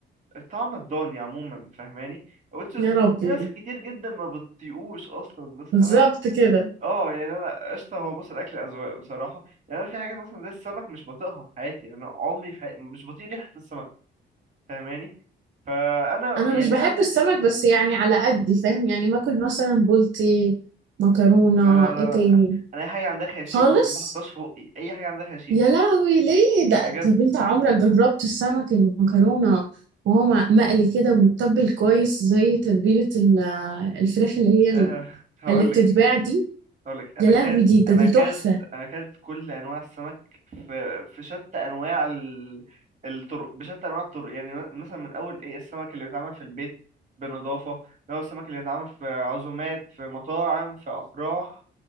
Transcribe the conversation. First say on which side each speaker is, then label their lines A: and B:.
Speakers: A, on the right (about 40°); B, on the right (about 70°).
A: الطعم الضاني عموما فاهماني which is
B: يا ربي
A: في ناس كتير جدا ما بتطيقوش اصلا بس
B: بالظبط
A: انا
B: كده
A: اه يعني انا قشطه هو بص الاكل اذواق بصراحه يعني انا في حاجات مثلا زي السمك مش بطيقها في حياتي يعني انا عمري في حياتي مش بطيق ريحه السمك فاهماني فانا
B: انا
A: يعني
B: مش بحب
A: عارفه
B: السمك
A: انت
B: بس يعني على قد فاهم يعني باكل مثلا بولتي مكرونة
A: لا لا
B: ايه
A: لا لا.
B: تاني
A: انا اي حاجه عندها خياشيم
B: خالص
A: ما بحطهاش في بقي اي حاجه عندها خياشيم
B: يا لهوي ليه ده
A: بجد
B: طب انت عمرك جربت السمك المكرونة وهو مع- مقلي كده ومتبل كويس زي تتبيلة ال- الفراخ اللي هي ال-
A: أه هقول
B: اللي بتتباع
A: لك
B: دي
A: اقول لك انا
B: يا
A: اكلت
B: لهوي دي ده
A: انا
B: ده
A: اكلت
B: تحفة
A: انا اكلت كل انواع السمك في في شتى انواع ال- الطرق بشتى انواع الطرق يعني م- مثلا من اول ايه السمك اللي بيتعمل في البيت بنظافه من اول السمك اللي بيتعمل في عزومات في مطاعم في افراح